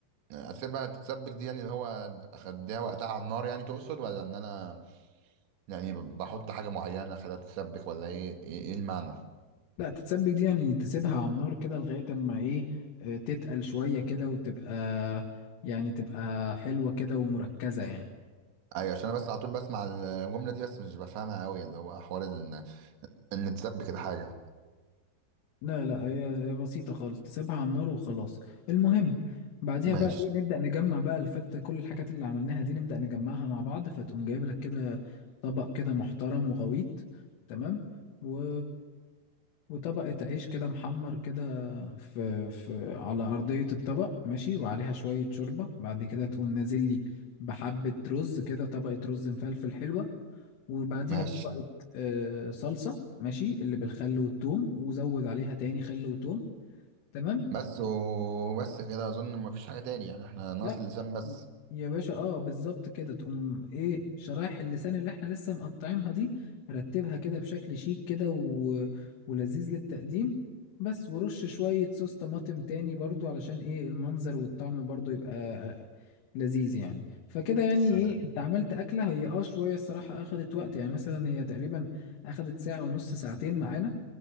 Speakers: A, on the right; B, on the left.
A: اسيبها تتسبك دي يعني اللي هو اخدها وقتها على النار يعني تقصد ولا ان انا يعني بحط حاجه معينه اخدها تتسبك ولا ايه ايه, إيه المعنى
B: لا تتسبك دي يعني تسيبها على النار كده لغاية اما ايه آه، تتقل شوية كده وتبقى يعني تبقى حلوة كده ومركزة يعني
A: ايوه عشان انا بس على طول بسمع الجمله دي بس مش بفهمها قوي اللي هو حوار ان ان تسبك الحاجه
B: لا لا هي هي بسيطة خالص تسيبها على النار وخلاص المهم بعديها
A: ماشي
B: بقى ايه نبدأ نجمع بقى الفتة كل الحاجات اللي عملناها دي نبدأ نجمعها مع بعض فتقوم جايب لك كده طبق كده محترم وغويط تمام و... وطبقة عيش كده محمر كده في... في على أرضية الطبق ماشي وعليها شوية شوربة بعد كده تقوم نازل لي بحبة رز كده طبقة رز مفلفل حلوة وبعديها
A: ماشي
B: طبقة آه، صلصة ماشي اللي بالخل والثوم وزود عليها تاني خل وثوم تمام
A: بس وبس كده اظن مفيش حاجه تاني يعني احنا ناقص
B: لا
A: اللسان بس
B: يا باشا اه بالظبط كده تقوم ايه شرايح اللسان اللي احنا لسه مقطعينها دي رتبها كده بشكل شيك كده و... ولذيذ للتقديم بس ورش شوية صوص طماطم تاني برضو علشان ايه المنظر والطعم برضو يبقى آه، لذيذ يعني فكده يعني
A: سلام
B: ايه انت عملت اكلة هي اه شوية الصراحة اخدت وقت يعني مثلا هي تقريبا اخدت ساعة ونص ساعتين معانا